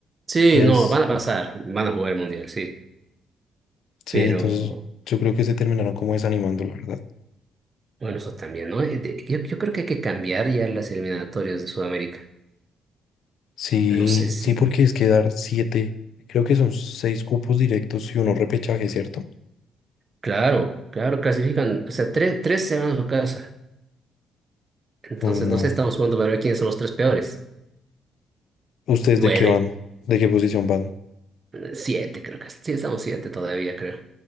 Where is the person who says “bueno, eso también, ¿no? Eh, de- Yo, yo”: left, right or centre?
Right